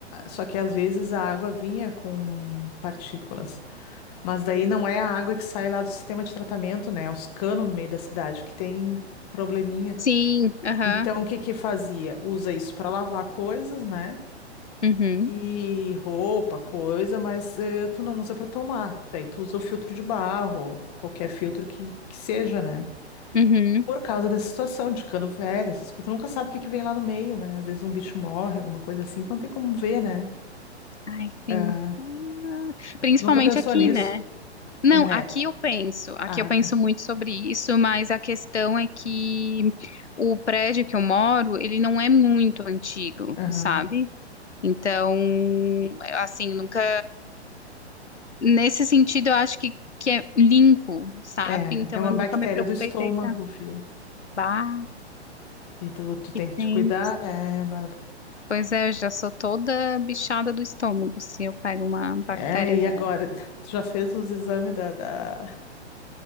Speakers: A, on the left; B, on the left.
A: só que às vezes a água vinha com partículas. Mas daí não é a água que sai lá do sistema de tratamento, né? é Os canos no meio da cidade que tem probleminha.
B: Sim, aham,
A: Então, o que que fazia? Usa isso para lavar coisas, né?
B: uhum,
A: E roupa, coisa, mas eh, tu não usa para tomar. Daí tu usa o filtro de barro, qualquer filtro que, que seja, né?
B: uhum.
A: Por causa dessa situação de cano velho, essas coisas, tu nunca sabe o que que vem lá no meio, né? Às vezes um bicho morre, alguma coisa assim, não tem como ver, né?
B: Ai,
A: Ah,
B: sim. Ah, Principalmente
A: nunca pensou
B: aqui,
A: nisso,
B: né? Não,
A: né?
B: aqui eu penso, aqui
A: Ah,
B: eu penso
A: tá.
B: muito sobre isso, mas a questão é que o prédio que eu moro, ele não é muito antigo,
A: Aham.
B: sabe? Então, assim, nunca Nesse sentido, eu acho que, que é limpo, sabe?
A: É,
B: Então
A: é uma
B: eu
A: bactéria
B: nunca me preocupei
A: do estômago,
B: com eita,
A: viu?
B: bah,
A: E tu, tu
B: que
A: tem que
B: tem.
A: te cuidar, né, Bárbara?
B: Pois é, eu já sou toda bichada do estômago se eu pego uma bactéria
A: É, e
B: dessa.
A: agora? <laughs> Tu já fez os exames da, da,